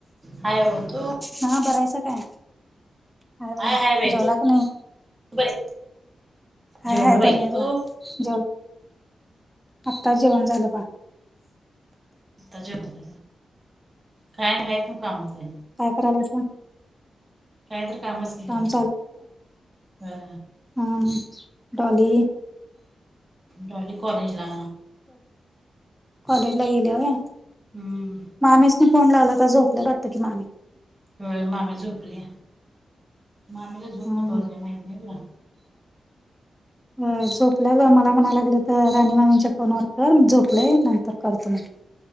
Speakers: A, on the right; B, in the centre.
A: हाय हो तू
B: हा बर आहेसा काय? आहे बघा
A: हाय हाय बाई
B: जेवला
A: तू
B: का नाही?
A: बर
B: हाय
A: जेवलो
B: हाय बरे
A: बाई!
B: आहे बघा
A: तू?
B: जेव, आत्ताच जेवण झालं पाहा.
A: आत्ता जेवला, काय नाहीत कामा झाली?
B: काय करायलासा?
A: कायतरी कामच की घरातली
B: काम
A: हा!
B: हम डॉली
A: डॉली कॉलेजला!
B: कॉलेजला गेलिया होय?
A: हम्म!
B: मामीसनी फोन लावला आता झोपल्या वाटतंय की मामी.
A: होय मामी झोपलीया, मामीला झोप
B: हा
A: महत्त्वाची
B: हा
A: आहे माहती नाही होय तुला?
B: होय झोपल्यात होय मला म्हणाय लागल्यात राणी मामीच्या फोनवर कर मी झोप लोय नंतर करतो म्हने.